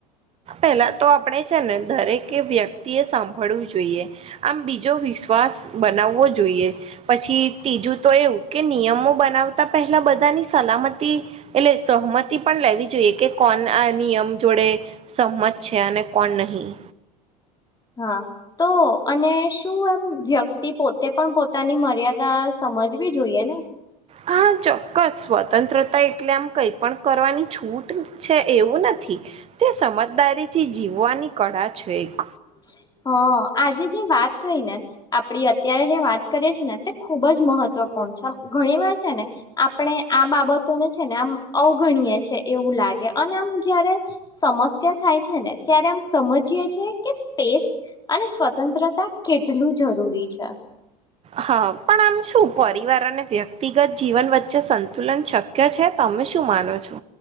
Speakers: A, on the right (about 30°); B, on the left (about 20°).
A: પેલા તો આપણેે છેને દરેકે વ્યક્તિ એ સાંભળવું જોઈએ આમ બીજો વિશ્વાસ બનાવવો જોઈએ પછી ત્રીજું તો એવું કે નિયમો બનાવતા પેલા બધાની સ સલામતી એટલે સહમતી પણ લેવી જોઈએ કે કોણ આ નિયમ જોડે સહમત છે અને કોણ નહીં.
B: હા તો અને શું એમ વ્યક્તિ પોતે પણ પોતાની મર્યાદા સમજવી જોઈએ ને.
A: હા ચોક્કસ સ્વતંત્રતા એટલે આમ કઈ પણ કરવાની છૂટ છે એવું નથી. તે સમજદારી થી જીવવાની કળા છે એક.
B: <inaudible> હ આજે જે વાત થઈ ને આપડી અત્યારે જે વાત કરીએે છીએ ને તે ખુબ જ મહત્વ મહત્વપૂર્ણ છે. ઘણી વાર છે ને આપણે આ બાબતોને છે ને આમ અવગણીયે છે એવું લ લાગે. અને આમ જયારે સમસ્યા થાય છે ને ત્યારે આમ સમજી છે. કે સ્પેસ અને સ્વતંત્રતા કેટલું જરૂરી છે.
A: હા પણ આમ શું પરિવાર અને વ્યક્તિગત જીવન વચ્ચે સંતુલન શક્ય છે ત તમે શું માનો છો.